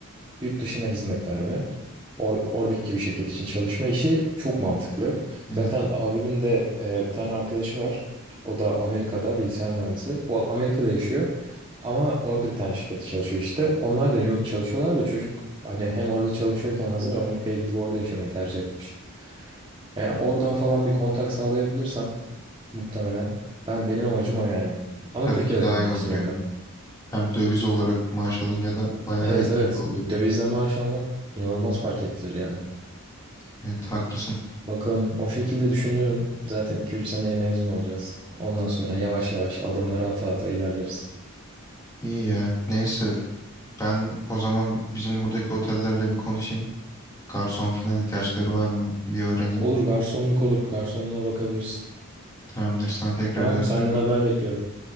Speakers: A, on the right (about 25°); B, on the left (about 15°).
A: Yurt dışına hizmet verme, or- oradaki bir şirket için çalışma işi çok mantıklı.
B: evet
A: Zaten abimin de e, bir tane arkadaşı var. O da Amerika'da bilgisayar mühendisi. O Amerika'da yaşıyor ama orada bir tane şirkette çalışıyor işte. Onlar da remote çalışıyorlar da çocuk hani hem orada çalışıyorken hazır Amerika'ya gidip orada yaşamayı tercih etmiş. E, oradan falan bir kontak sağlayabilirsem muhtemelen ben benim amacım o yani. Ama
B: tabii
A: Türkiye'de
B: ki daha
A: kalmak
B: iyi olur
A: istiyorum
B: ya.
A: ben.
B: Hem döviz olarak maaş alınca da bayağı
A: Evet
B: etkili
A: evet
B: oluyor.
A: dövizle maaş almak inanılmaz fark ettirir yani.
B: Evet haklısın.
A: Bakalım o şekilde düşünüyorum. Zaten iki üç seneye mezun olacağız. Ondan sonra
B: Doğru.
A: yavaş yavaş adımları ata ata ilerleriz.
B: İyi ya. Neyse Ben o zaman bizim buradaki otellerle bir konuşayım. Garson filan ihtiyaçları var mı? Bir öğreneyim.
A: Olur garsonluk olur. Garsonluğa bakabilirsin.
B: Tamamdır, sana tekrar
A: Tamam
B: dönüş
A: senden
B: yaparım.
A: haber bekliyorum.